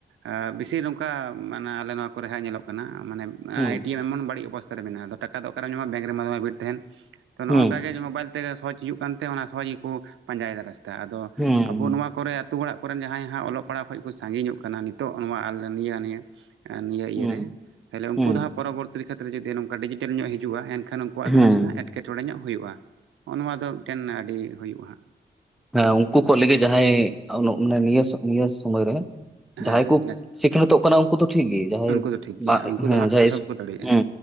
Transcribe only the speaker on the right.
ᱟᱹ ᱵᱤᱥᱤ ᱱᱚᱝᱠᱟ ᱢᱟᱱᱮ ᱟᱞᱮ ᱱᱚᱣᱟ ᱠᱚᱨᱮ ᱦᱟᱸᱜ ᱧᱮᱞᱚᱜ ᱠᱟᱱᱟ ᱢᱟᱱᱮ ᱟᱸ
ᱮᱴᱤᱮᱢ ᱮᱢᱚᱱ ᱵᱟᱹᱲᱤᱡ ᱚᱵᱚᱥᱛᱟ ᱨᱮ ᱢᱮᱱᱟᱜᱼᱟ ᱟᱫᱚ ᱴᱟᱠᱟ ᱫᱚ ᱚᱠᱟᱨᱮᱢ ᱧᱟᱢᱟ ᱵᱮᱝᱠ ᱨᱮᱢᱟ ᱫᱚᱢᱮ ᱵᱷᱤᱲ ᱛᱟᱦᱮᱱ ᱛᱚ ᱱᱚᱜᱼᱚ
ᱱᱚᱝᱠᱟ ᱜᱮ ᱡᱮ ᱢᱳᱵᱟᱭᱤᱞ ᱛᱮᱜᱮ ᱥᱚᱦᱚᱡ ᱦᱩᱭᱩᱜ ᱠᱟᱱᱛᱮ ᱚᱱᱟ ᱥᱚᱦᱚᱡ ᱜᱮᱠᱚ ᱯᱟᱸᱡᱟᱭᱮᱫᱟ ᱨᱟᱥᱛᱟ᱾ ᱟᱫᱚ
ᱟᱵᱚ ᱱᱚᱣᱟ ᱠᱚᱨᱮ ᱟᱛᱩ ᱚᱲᱟᱜ ᱠᱚᱨᱮᱱ ᱡᱟᱦᱟᱸᱭ ᱦᱟᱸᱜ ᱚᱞᱚᱜ ᱯᱟᱲᱦᱟᱜ ᱠᱷᱚᱡ ᱠᱚ ᱥᱟᱺᱜᱤᱧᱚᱜ ᱠᱟᱱᱟ ᱱᱤᱛᱚᱜ ᱱᱚᱣᱟ ᱟᱞᱞᱟᱹᱱᱤᱭᱟᱹ ᱱᱤᱭᱟᱹ ᱱᱤᱭᱟᱹ ᱤᱭᱟᱹᱨᱮ
ᱛᱟᱦᱚᱞᱮ ᱩᱝᱠᱩ
ᱫᱚ ᱦᱟᱸᱜ ᱯᱚᱨᱚᱵᱚᱨᱛᱤᱨᱤ ᱠᱷᱮᱛᱨᱮ ᱡᱩᱫᱤ ᱱᱚᱝᱠᱟ ᱰᱤᱡᱤᱴᱮᱞ ᱧᱚᱜ ᱦᱤᱡᱩᱜᱼᱟ ᱮᱱ ᱮᱱᱠᱷᱟᱱ ᱩᱱᱠᱩᱣᱟᱜ
ᱫᱚ ᱱᱟᱥᱮᱱᱟᱜ ᱮᱴᱠᱮᱴᱚᱬᱮ ᱧᱚᱜ ᱦᱩᱭᱩᱜᱼᱟ ᱦᱚᱜᱼᱚ ᱱᱚᱣᱟ ᱫᱚ ᱢᱤᱫᱴᱮᱱ ᱟᱹᱰᱤ ᱦᱩᱭᱩᱜᱼᱟ ᱦᱟᱸᱜ
ᱦᱮᱸ
ᱩᱱᱠᱩ ᱫᱚ ᱴᱷᱤᱠ ᱜᱮᱭᱟ
ᱩᱱᱠᱩ
ᱫᱚ ᱦᱟᱸᱜ
ᱥᱚᱵ
ᱠᱚ ᱫᱟᱲᱮᱭᱟᱜᱼᱟ